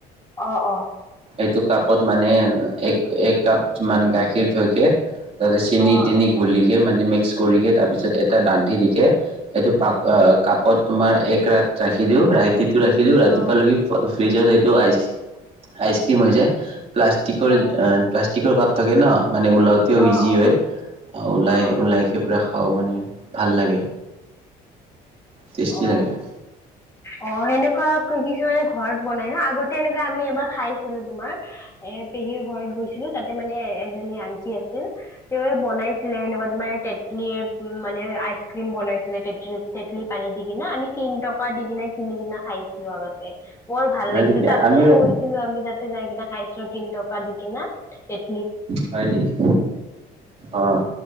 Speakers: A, on the left; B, on the right.
A: অ অ
B: এইটো কাপত মানে এক এক কাপ মান গাখীৰ থৈকে তাৰচে চেনি
A: অ
B: তিনি
A: আচ্ছা
B: ঘলিকে মানে মিক্স কৰি যে তাৰপিছত এটা দান্ধি দিকে সেইটো অ কাপত তোমাৰ এক ৰাত ৰাখি দিওঁ ৰাইতিটো ৰাখি দিও ৰাতিপুৱা
A: অ
B: লৈকে ফ্ৰিজত আইচ আইচক্ৰিম হৈ যায় প্লাষ্টিকৰ
A: অ
B: প্লাষ্টিকৰ কাপ থাকে ন। মানে ওলাওঁতেও ইজি
A: অ অ
B: হয়, ওলাই
A: অ অ
B: ওলাইকে পূৰা খাও মানে ভাল লাগে। টেষ্টি
A: অ
B: লাগে
A: অ সেনেকুৱা কিছুমানে ঘৰত বনাই ন আগতে এনেকা আমি এবাৰ খাইছিলো তোমাৰ এ পেহীৰ ঘৰত গৈছিলো। তাতে মানে এজনী আন্টি আছিল, তেওঁ এ বনাই ছিলে সেনেকুৱা তোমাৰ তেতলিৰ মানে আইচক্ৰীম বনাইছিলে তেতলিৰ তেতলি পানী দি কিনা আমি তিন টকা দি কিনে কিনি কিনা খাইছিলো আগতে, বৰ ভাল
B: হয়
A: লাগিছিল
B: নেকি
A: তাতে
B: আমিও
A: বহিছিলো আমি তাতে যাই কেনে চাইন্সৰ তিনি টকা দি কিনা সেই
B: হয় নেকি অ